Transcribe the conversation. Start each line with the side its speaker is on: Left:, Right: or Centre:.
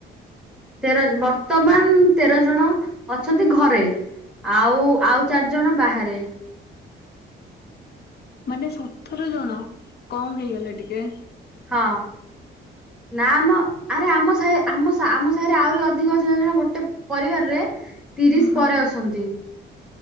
Centre: ତେର ବର୍ତ୍ତମାନ ତେର ଜଣ ଅଛନ୍ତି ଘରେ। ଆଉ ଆଉ ଚାରି ଜଣ ବାହାରେ।
Left: ମାନେ ସତର ଜଣ କମ୍ ହେଇଗଲେ ଟିକେ।
Centre: ହଁ ନାଁ ମ। ଆରେ ଆମ ଆମ ଆମ ସାହିରେ ଆହୁରି ଅଧିକ ଅଛନ୍ତି। ଜାଣିଚ ନାଁ ଗୋଟେ ପରିବାରରେ ତିରିଶ
Left: ହଁ
Centre: ପରେ ଅଛନ୍ତି।